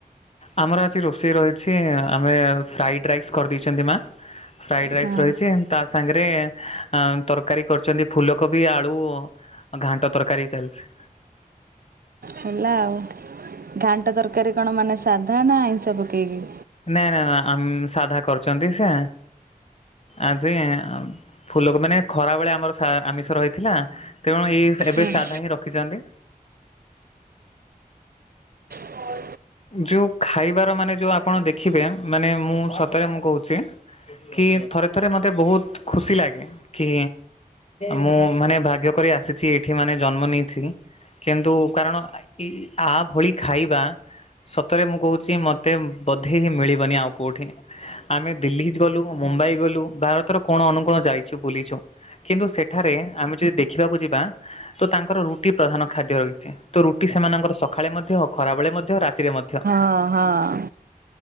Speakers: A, on the left; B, on the right.
A: ଆମର ଆଜି ରୋଷେଇ ରହିଛି ଆମେ ଫ୍ରାଇଡ଼୍ ରାଇସ୍ କରିଦେଇଛନ୍ତି ମା ଫ୍ରାଏଡ଼ ରାଇସ୍
B: ହଁ
A: ରହିଛି ତା ସାଙ୍ଗରେ ତରକାରୀ କରିଛନ୍ତି ଫୁଲକୋବି ଆଳୁ ଘାଣ୍ଟ ତରକାରୀ ବି ଚାଲିଛି
B: ହେଲା ଆଉ ଘାଣ୍ଟ ତରକାରୀ କଣ ମାନେ ସାଧା ନା ଆଇଁଷ ପକେଇକି?
A: ନା ନା ଆମ ସାଧା କରିଛନ୍ତି ଯେ ଆଜି ଫୁଲ ମାନେ ଖରା ବଳେ ଆମର ଆମିଷ ରହିଥିଲା ତେଣୁ ଏଇ ଏବେ
B: ହଁ।
A: ସାଧା ହିଁ ରଖିଛନ୍ତି
B: ହଁ
A: ଯୋଉ ଖାଇବାର ମାନେ ଯୋଉ ଆପଣ ଦେଖିବେ ମାନେ ମୁଁ ସତରେ ମୁଁ କହୁଛି କି ଥରେ ଥରେ ମୋତେ ବହୁତ ଖୁସି ଲାଗେ କି ମୁଁ ମାନେ ଭାଗ୍ୟ କରି ଆସିଛି ଏଠି ମାନେ ଜନ୍ମ ନେଇଛି କିନ୍ତୁ କାରଣ ଏଇ ଆ ଭଳି ଖାଇବା ସତରେ ମୁଁ କହୁଛି ମୋତେ ବୋଧେ ଇ ହି ମିଳିବନି ଆଉ କୋଉଠି ଆମେ ଦିଲ୍ଲୀ ଗଲୁ ମୁମ୍ବାଇ ଗଲୁ ଭାରତର କଣ ଅନୁକୋଣ ଯାଇଛୁ ବୁଲିଛୁ କିନ୍ତୁ ସେଠାରେ ଆମେ ଯଦି ଦେଖିବାକୁ ଯିବା ତ ତାଙ୍କର ରୁଟି ପ୍ରଧାନ ଖାଦ୍ୟ ରହିଛି ତ ରୁଟି ସେମାନଙ୍କର ସକାଳେ ମଧ୍ୟ ଖରାବେେଳେ ମଧ୍ୟ ରା ଥିରେ ମଧ୍ୟ
B: ହଁ ହଁ